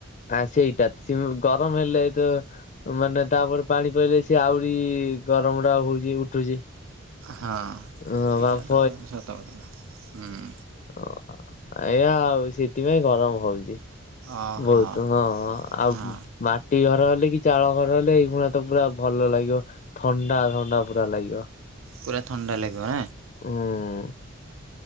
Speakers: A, on the left; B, on the right.
A: ଆ ସେଇଟା ସେ ଗରମ ହେଲେ ତ ମାନେ ତାପରେ ପାଣି ପଇଲେ ସେ ଆହୁରି ଗରମ ଟା ହଉଛି ଉଠୁଛି।
B: ହଁ
A: ହଁ
B: ସେଇଟା
A: ବାମ୍ଫ
B: ତ ସତ କଥା ହୁଁ।
A: ଓ ଏୟା ଆଉ ସେଥିପାଇଁ ଗରମ ହଉଛି।
B: ଓହୋ
A: ବହୁତ ହଁ ଆଉ
B: ହଁ
A: ମାଟି ଘର ଘର ହେଲେ କି ଚାଳ ଘର ହେଲେ ଏଇଗୁଣା ତ ପୁରା, ଭଲ ଲାଗିବ ଥଣ୍ଡା ଥଣ୍ଡା ପୁରା ଲାଗିବ।
B: ପୁରା ଥଣ୍ଡା ଲାଗିବ
A: ହଁ।